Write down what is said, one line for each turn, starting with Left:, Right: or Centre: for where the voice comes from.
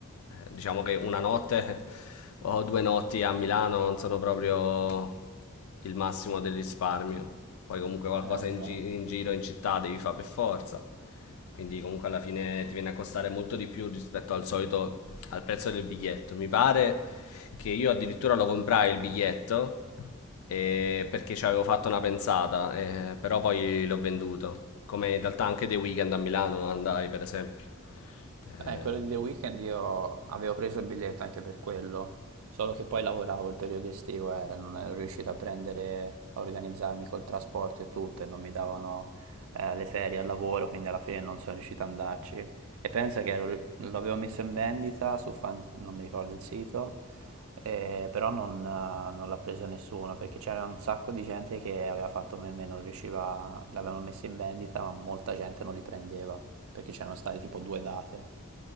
Left: diciamo che una notte <laughs> o due notti a Milano non sono proprio il massimo del risparmio. Poi comunque qualcosa
Right: esatto.
Left: in, gi- in giro in città devi fare per forza. Quindi comunque alla fine ti viene a costare molto di più rispetto al solito al prezzo del biglietto. Mi pare che io addirittura lo comprai il biglietto eh, perché ci avevo fatto una pensata, eh, però poi l'ho venduto. Come in realtà anche dei weekend a Milano non andai, per esempio. Eh,
Right: Eh, quello di The Weeknd io avevo preso il biglietto anche per quello, solo che poi lavoravo il periodo estivo, era, non ero riuscito a prendere, a organizzarmi col trasporto e tutto, e non mi davano eh, le ferie al lavoro, quindi alla fine non sono riuscito ad andarci. E pensa che ero- l'avevo messo in vendita su fan, non mi ricordo il sito, eh, però non, eh, non l'ha preso nessuno, perché c'era un sacco di gente che aveva fatto meme, non riusciva, l'avevano messo in vendita, ma molta gente non li prendeva, perché c'erano state tipo due date.